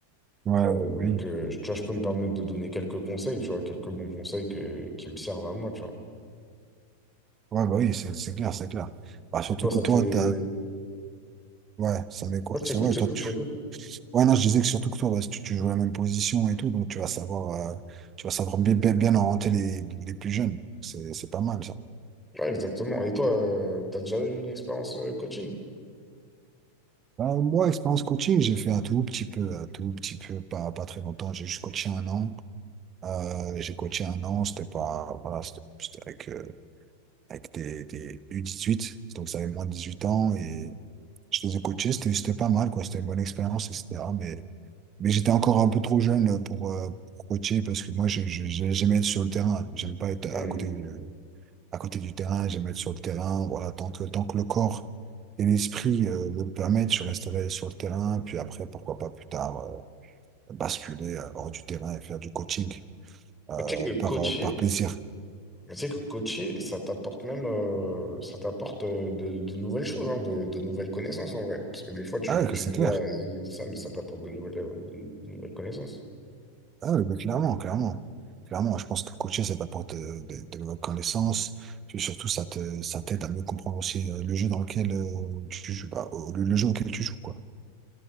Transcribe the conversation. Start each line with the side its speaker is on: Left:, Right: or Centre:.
Right: Ouais,
Centre: Euh,
Right: ouais,
Centre: donc,
Right: oui.
Centre: euh, tu vois, je peux me permettre de donner quelques conseils, tu vois, quelques bons conseils que, qui me servent à moi, tu vois.
Right: Ouais, bah oui, c'est c'est clair, c'est clair. Bah, surtout
Centre: Et toi, ça
Right: que toi,
Centre: t'est... Ouais,
Right: t'as, ouais, ça met quoi?
Centre: je t'écoute,
Right: C'est vrai,
Centre: je
Right: toi,
Centre: t'écoute,
Right: tu
Centre: je t'écoute.
Right: Ouais, non, je disais que surtout que toi, bah, tu, tu joues la même position et tout, donc tu vas savoir, euh, tu vas savoir bien, bien, bien orienter les, les plus jeunes. C'est, c'est pas mal, ça.
Centre: Ouais, exactement. Et toi, euh, t'as déjà eu une expérience euh, coaching?
Right: Bah, moi, expérience coaching, j'ai fait un tout petit peu, un tout petit peu, pas, pas très longtemps. J'ai juste coaché un an. Euh, j'ai coaché un an, c'était pas, voilà, c'était c'était avec, euh, avec des, des U18, donc ça avait moins de 18 ans et je les ai coachés, c'était c'était pas mal, quoi. C'était une bonne expérience, etc. Mais Mais j'étais encore un peu trop jeune pour, euh, pour coacher parce que moi, je- je- je- j'aimais être sur le terrain. J'aime pas être à
Centre: Hmm.
Right: côté du, à côté du terrain. J'aime être sur le terrain. Voilà, tant que, tant que le corps et l'esprit euh, me le permettent, je resterai sur le terrain. Puis après, pourquoi pas plus tard, euh, basculer euh, hors du terrain et faire du coaching euh,
Centre: Mais Tu sais que coacher,
Right: par, euh, par plaisir.
Centre: mais tu sais que coacher, ça t'apporte même, euh, ça t'apporte euh, de, de nouvelles choses, hein, de, de nouvelles connaissances en vrai. Parce que des fois, tu,
Right: Ah, que
Centre: tu
Right: c'est
Centre: dis,
Right: clair.
Centre: ouais, vas-y, ça, mais ça t'apporte de nouvelles, euh, de de nouvelles connaissances.
Right: Ah oui, bah, clairement, clairement. Clairement, je pense que coacher, ça t'apporte euh, de, de nouvelles connaissances. Puis surtout, ça te, ça t'aide à mieux comprendre aussi euh, le jeu dans lequel euh, tu joues, bah, au- le, le jeu auquel tu joues, quoi.